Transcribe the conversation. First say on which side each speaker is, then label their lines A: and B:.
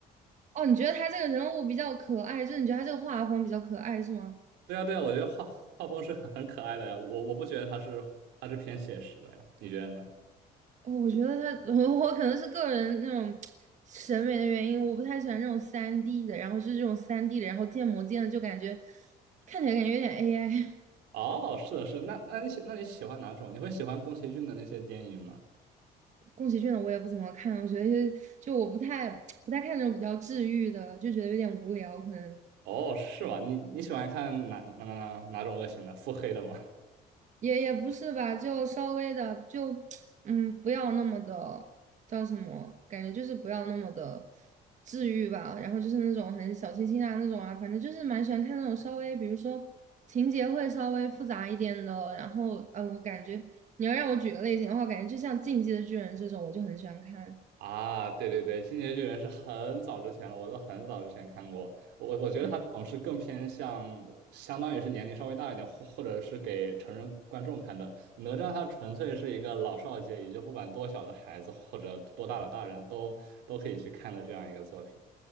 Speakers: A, on the right; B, on the right.
A: 哦你觉得他这个人物比较可爱，就是你觉得他这个画风比较可爱是吗？
B: 对呀对呀，我觉得画画风是很很可爱的呀，我我不觉得它是它是偏写实的呀，你觉得呢？
A: 哦，我觉得他，<laughs> 我我可能是个人那种审美的原因，我不太喜欢这种三 d 的，然后是这种三 d 的，然后建模建的就感觉看起来感觉有点 AI。
B: 哦，是的，是的那那你喜那你喜欢哪种？你会喜欢宫崎骏的那些电影吗？
A: <laughs> 宫崎骏的我也不怎么看，我觉得就就我不太不太看那种比较治愈的，就觉得有点无聊，可能。
B: 哦，是吗？你你喜欢看哪哪哪哪种类型的？腹黑的吗？<laughs>
A: 也也不是吧，就稍微的就 <tsk> 嗯，不要那么的叫什么，感觉就是不要那么的治愈吧。然后就是那种很小清新啊那种啊，反正就是蛮喜欢看那种稍微，比如说情节会稍微复杂一点的。然后呃，我感觉你要让我举个类型的话，感觉就像《进击的巨人》这种，我就很喜欢看。
B: 啊，对对对，《进击的巨人》是很早之前了，我都很早之前看过。我我觉得他这种是更偏向，
A: 对
B: 相当于是年龄稍微大一点，或或者是给成人观众看的。哪吒他纯粹是一个老少皆宜，就不管多小的孩子或者多大的大人都都可以去看的这样一个作品。